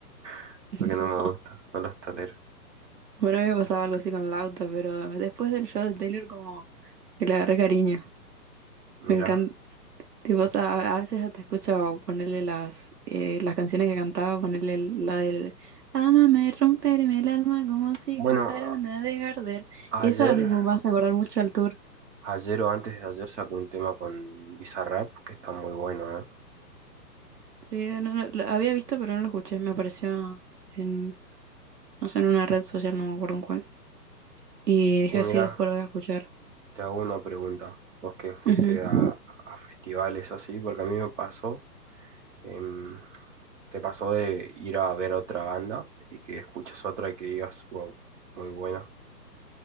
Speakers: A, on the right; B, on the right.
A: <laughs>
B: <laughs>
A: porque no
B: No.
A: me gusta, no los tolero.
B: Bueno, a mí me pasaba algo así con Lauta, pero después del show de Taylor como que le agarré cariño.
A: Mira,
B: Me encanta, Tipo, o sea, a veces hasta escucho ponerle las, eh, las canciones que cantaba, ponerle la del Ámame, romperme el alma como si
A: bueno,
B: cantara
A: a-
B: una de Gardel.
A: ayer...
B: Esa, tipo, me hace acordar mucho al tour.
A: Ayer o antes de ayer sacó un tema con Bizarrap que está muy bueno, ¿eh?
B: Sí, no, no, lo había visto, pero no lo escuché. Me apareció en, no sé, en una red social, no me acuerdo en cuál. Y dije,
A: Y mira,
B: sí, después lo voy a escuchar.
A: te hago una pregunta. Vos que fuiste
B: Ujú.
A: a, a festivales así, porque a mí me pasó, em, te pasó de ir a ver otra banda y que escuches otra y que digas, wow, muy buena.